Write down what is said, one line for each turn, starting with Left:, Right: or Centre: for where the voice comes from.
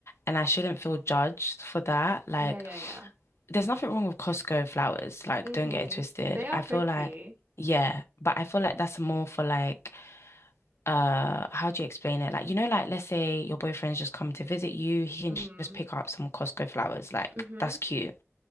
Left: and I shouldn't feel judged for that. Like,
Right: Yeah, yeah, yeah.
Left: there's nothing wrong with Costco flowers. Like,
Right: Mm-hmm.
Left: don't get it twisted.
Right: They are
Left: I
Right: pretty.
Left: feel like, yeah, but I feel like that's more for like, uh, how do you explain it? Like, you know, like let's say your boyfriend's just come to visit you, he can
Right: Mm.
Left: ju- just pick up some Costco flowers. Like,
Right: Mm-hmm.
Left: that's cute.